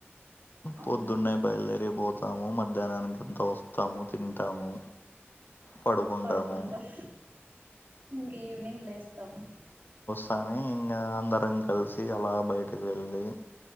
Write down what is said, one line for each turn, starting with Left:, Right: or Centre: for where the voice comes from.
Right: అవును
Left: పొద్దున్నాయి బయల్లర పోతాము మధ్యాహ్నానికి అంత వస్తాము తింటాము పడుకుంటాము
Right: పడుకుంటాం ఇంకా ఈవినింగ్ లేస్తాం
Left: కానీ ఇంకా అందరం కలిసి అలా బయటకి వెళ్ళలి